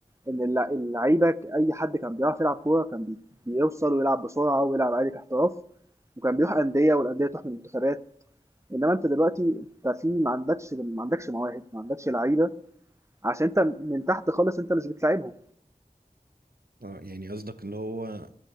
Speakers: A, on the right; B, on the right.
A: إن اللع اللعيبة ك- أي حد كان بيعرف يلعب كورة كان بي بيوصل ويلعب بسرعة ويلعب عادي كاحتراف، وكان بيروح أندية والأندية تروح من المنتخبات. إنما أنت دلوقتي أنت في ما عندكش ما عندكش مواهب، ما عندكش لعيبة، عشان أنت من تحت خالص أنت مش بتلاعبهم.
B: آه، يعني قصدك اللي هو